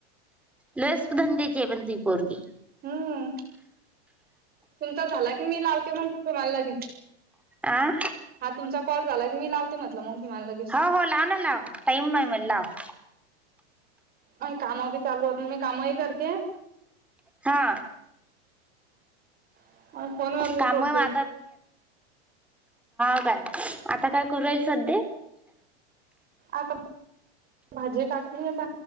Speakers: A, in the centre; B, on the right (about 25°).
A: लयच धंद्याचीय पण ती पोरगी.
B: हम्म तुमचा झाला की मी लावते मगं तुम्हाला लगेच.
A: आं
B: हा तुमचा कॉल झाला की, मी लावते म्हटलं मग तुम्हाला लगेच.
A: हो हो, लाव ना लाव. टाईम नाही मं लाव.
B: माझी कामं बी चालू आहेत, मी कामही करतिये.
A: हा.
B: आणि फोनवर बी
A: कामही
B: बोलते
A: <inaudible> हा, काय? आता काय करून राहिली सध्या?
B: आता भाजी टकली आहे, आता